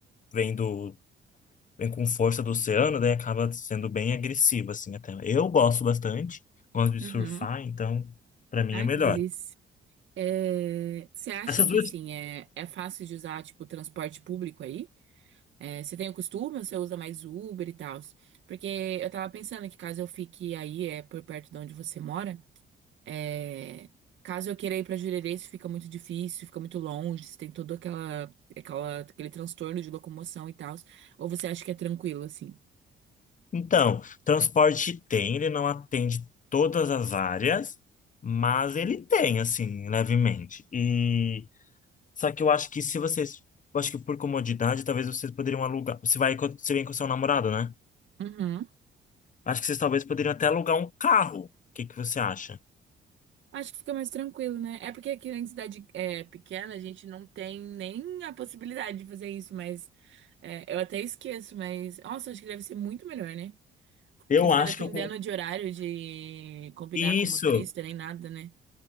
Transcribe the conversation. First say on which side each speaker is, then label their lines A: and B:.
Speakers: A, on the left; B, on the right.
A: vem do vem com força do oceano, daí acaba sendo bem agressiva assim até. Eu gosto bastante, gosto de
B: Uhum.
A: surfar, então para mim
B: Ai,
A: é melhor.
B: que delícia. É, você acha
A: Essas
B: que
A: duas.
B: assim é, é fácil de usar tipo transporte público aí? É, você tem o costume ou você usa mais Uber e tal? Porque eu tava pensando que caso eu fique aí, é por perto de onde você mora, é, caso eu queira ir pra Jurerê, isso fica muito difícil, fica muito longe, você tem todo aquela, aquela, aquele transtorno de locomoção e tal. Ou você acha que é tranquilo assim?
A: Então, transporte tem, ele não atende todas as áreas, mas ele tem assim, levemente. E Só que eu acho que se vocês, eu acho que por comodidade, talvez vocês poderiam alugar. Você vai, com- você vem com seu namorado, né?
B: Uhum.
A: Acho que vocês talvez poderiam até alugar um carro. O que que você acha?
B: Acho que fica mais tranquilo, né? É porque aqui na cidade é, pequena a gente não tem nem a possibilidade de fazer isso, mas é, eu até esqueço, mas nossa, acho que deve ser muito melhor, né?
A: Eu
B: Não fica
A: acho
B: dependendo
A: que eu colo-
B: de horário de combinar
A: isso.
B: com o motorista nem nada, né?